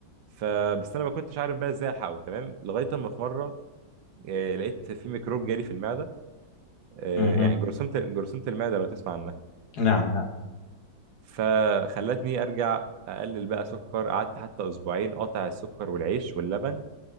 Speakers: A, on the right (about 80°); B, on the left (about 60°).
A: فبس انا ما كنتش عارف بقى ازاي الحقه تمام لغايه اما في مره آه، لقيت في ميكروب جالي في المعده آه،
B: أها.
A: يعني جرثومه جرثومه المعده لو تسمع عنها
B: نعم نعم
A: فخلتني ارجع اقلل بقى سكر قعدت حتى اسبوعين قاطع السكر والعيش واللبن